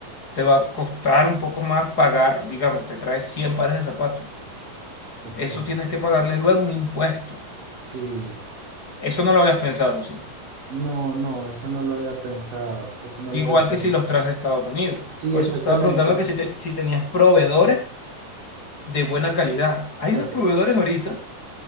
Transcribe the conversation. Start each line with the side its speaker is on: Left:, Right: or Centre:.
Left: te va a costar un poco más pagar, digamos, te traes 100 pares de zapatos.
Right: Ok,
Left: Eso tienes que pagarle luego un impuesto.
Right: sí.
Left: Eso no lo habías pensado, sí.
Right: No, no, eso no lo había pensado. Eso no
Left: Igual
Right: lo había pensado.
Left: que si los traes de Estados Unidos.
Right: Sí,
Left: Por
Right: exactamente.
Left: eso te estaba preguntando que si, te- si tenías proveedores de buena calidad. Hay
Right: Exacto.
Left: unos proveedores ahorita